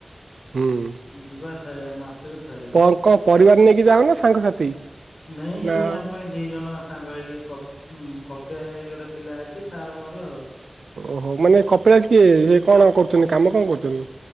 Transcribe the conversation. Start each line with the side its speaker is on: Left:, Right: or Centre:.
Right: ହୁଁ।
Left: ଯିବା ଥାଏ ଆ ମାସକୁ ଥରେ
Right: କଣ କଣ ପରିବାର ନେଇକି ଯାଅ ନା ସାଙ୍ଗସାଥି
Left: ନାଇଁ
Right: ନା
Left: ଏଇ ଆମେ ଦିଜଣ ସାଙ୍ଗ ହେଇକି କ-କପିସରେ ଗୋଟେ ପିଲା ଅଛି ତାର ମୋର ଆଉ।
Right: ଓହୋ ମାନେ କପିଳାସ କିଏ ସେ କଣ କରୁଚନ୍ତି କାମ କଣ କରୁଚନ୍ତି?